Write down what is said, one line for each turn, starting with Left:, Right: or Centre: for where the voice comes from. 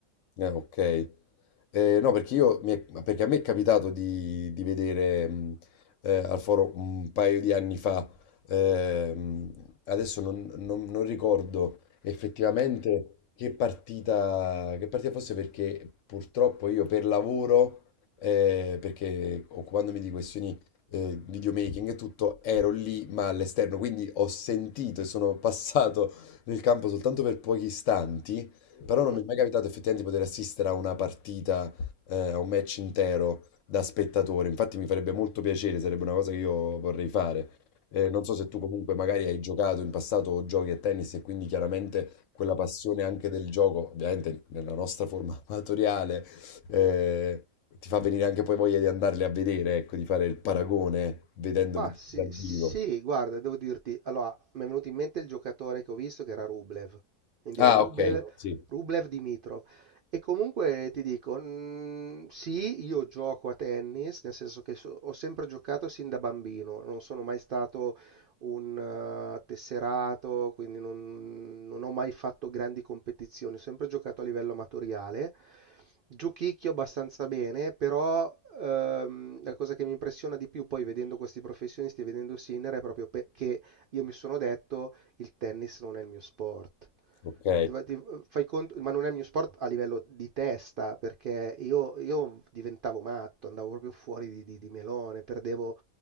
Left: eh, ok. Eh, no, perché io mi è- perché a me è capitato di, di vedere mh, eh, al foro un paio di anni fa, ehm, adesso non, non- non ricordo effettivamente che partita, che partita fosse perché purtroppo io per lavoro, eh, perché occupandomi di questioni eh, videomaking e tutto, ero lì ma all'esterno, quindi ho sentito e sono <laughs> passato nel campo soltanto per pochi istanti però
Right: Mm?
Left: non mi è
Right: Ah,
Left: mai capitato effettivamente di poter assistere a una partita, eh, a un match intero da spettatore. Infatti mi farebbe molto piacere, sarebbe una cosa che io vorrei fare. Eh, non so se tu comunque magari hai giocato in passato o giochi a tennis e quindi chiaramente quella passione anche del gioco, ovviamente nella nostra forma <laughs> amatoriale, eh, ti fa venire anche poi voglia di andarli a vedere, ecco, di fare il paragone vedendo
Right: Bah, sì,
Left: dal
Right: sì,
Left: vivo.
Right: guarda, devo dirti, allora, mi è venuto in mente il giocatore che ho visto che era Rublev, quindi
Left: Ah,
Right: era Rublev,
Left: ok, sì,
Right: Rublev Dimitrov. E comunque ti dico, mm, sì, io gioco a tennis, nel senso che so- ho sempre giocato sin da bambino, non sono mai stato un eh, tesserato, quindi non, non ho mai fatto grandi competizioni, ho sempre giocato a livello amatoriale. Giochicchio abbastanza bene, però ehm, la cosa che mi impressiona di più poi vedendo questi professionisti e vedendo Sinner è proprio pe- che io mi sono detto il tennis non è il mio sport.
Left: ok,
Right: Ti fa- ti fai conto, ma non è il mio sport a livello di testa, perché io, io diventavo matto, andavo proprio fuori di, di- di melone, perdevo